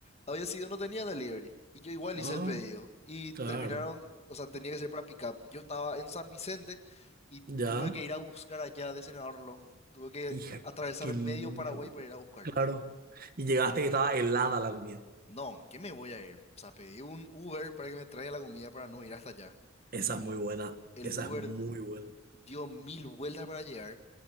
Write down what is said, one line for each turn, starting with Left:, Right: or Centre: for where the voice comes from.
Left: había sido, no tenía delivery. Y yo igual hice
Right: ah,
Left: el pedido. Y
Right: claro,
Left: terminaron, o sea, tenía que ser para pick up. Y yo estaba en San Vicente y
Right: ya.
Left: tuve que ir a buscar allá de Senador Long. Tuve que
Right: Hija,
Left: atravesar
Right: qué
Left: medio
Right: lindo.
Left: Paraguay para ir a buscar.
Right: Claro. Y llegaste y estaba helada la comida.
Left: No, ¿qué me voy a ir? O sea, pedí un Uber para que me traiga la comida para no ir hasta allá.
Right: Esa es
Left: El,
Right: muy buena,
Left: el
Right: esa
Left: Uber
Right: es muy buena.
Left: dio mil vueltas para llegar.